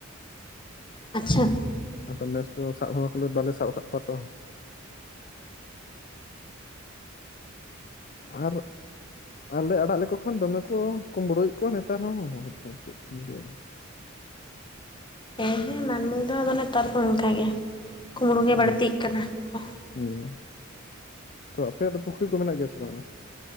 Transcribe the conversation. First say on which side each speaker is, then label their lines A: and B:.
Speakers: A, on the left (about 25°); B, on the left (about 40°).
A: ᱟᱪᱪᱷᱟ
B: ᱟᱫᱚ ᱱᱮᱥ ᱫᱚ ᱥᱟᱵ ᱦᱚᱸ ᱵᱟᱞᱮ ᱥᱟᱵ ᱟᱠᱟᱫ ᱠᱚᱣᱟ ᱛᱚ ᱟᱨ ᱟᱨᱞᱮ ᱟᱲᱟᱜ ᱞᱮᱠᱚ ᱠᱷᱟᱱ ᱫᱚᱢᱮ ᱠᱚ ᱠᱩᱢᱵᱽᱲᱩᱭᱣᱮᱫ ᱠᱚᱣᱟ ᱱᱮᱛᱟᱨ ᱦᱚᱸ <unintelligible>
A: ᱦᱮᱸ ᱦᱮᱸ ᱢᱟᱹᱱᱢᱤ ᱫᱚ ᱟᱫᱚ ᱱᱮᱛᱟᱨ ᱫᱚ ᱚᱱᱠᱟ ᱜᱮ ᱠᱩᱢᱵᱽᱲᱩ
B: ᱦᱩᱸ
A: ᱜᱮ ᱵᱟᱹᱲᱛᱤᱜ ᱠᱟᱱᱟ ᱠᱚ
B: ᱦᱩᱸ ᱛᱚ ᱟᱯᱮᱭᱟᱜ ᱫᱚ ᱯᱩᱠᱷᱨᱤ ᱠᱚ ᱢᱮᱱᱟᱜ ᱜᱮᱭᱟ ᱥᱮ ᱵᱟᱝᱼᱟ